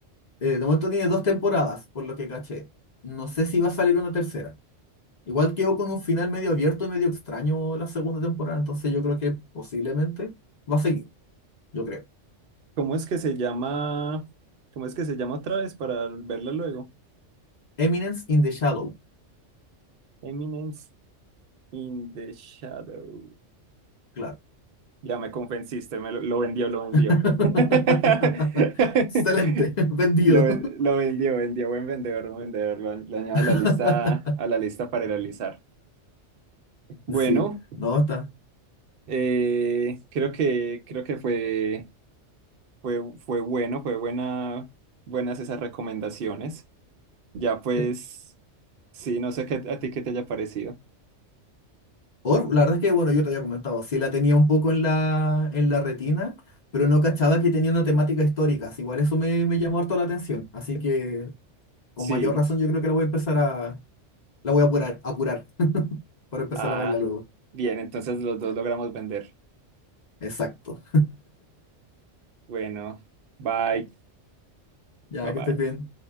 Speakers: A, on the left (about 45°); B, on the right (about 60°).
A: Eh, de momento tiene dos temporadas, por lo que caché. No sé si va a salir una tercera. Igual quedó con un final medio abierto y medio extraño la segunda temporada, entonces yo creo que posiblemente va a seguir. yo creo.
B: ¿Cómo es que se llama? ¿Cómo es que se llama otra vez para verla luego?
A: Eminence in the Shadow,
B: Eminence in the Shadows.
A: claro.
B: Ya me convenciste, me lo, lo vendió, lo vendió.
A: <laughs>
B: <laughs>
A: Excelente, <laughs> vendido.
B: Lo, ven- lo vendió, vendió, buen vendedor, buen vendedor. Lo, añ- lo añado a la
A: <laughs>
B: lista, a la lista para realizar. Bueno,
A: Sí, no, está.
B: eh, creo que, creo que fue, fue, fue bueno, fue buena, buenas esas recomendaciones. Ya pues,
A: sí.
B: sí, no sé qué, a ti qué te haya parecido.
A: Or, la verdad es que, bueno, yo te había comentado, sí la tenía un poco en la, en la retina, pero no cachaba que tenía una temática histórica. así Igual eso me, me llamó harto la atención. Así que, con
B: Sí,
A: mayor razón, yo creo que la voy a empezar a, la voy a apurar, apurar, para empezar
B: ah,
A: a verla luego.
B: bien, entonces los dos logramos vender.
A: Exacto.
B: Bueno, bye,
A: Ya
B: bye bye.
A: que estés bien.